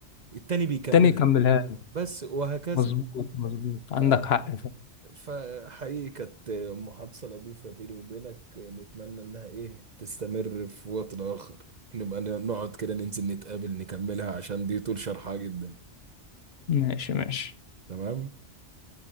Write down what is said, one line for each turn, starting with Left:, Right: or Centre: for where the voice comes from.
Right: التاني بيكملها
Left: التاني يكملها له.
Right: بس وهكذا
Left: مظبوط مظبوط عندك
Right: ف
Left: حق فعلا
Right: فحقيقي كانت محادثة لطيفة بيني وبينك نتمنى إنها إيه تستمر في وقت آخر نبقى نقعد كده ننزل نتقابل نكملها عشان دي طول شرحها جدا
Left: ماشي ماشي
Right: تمام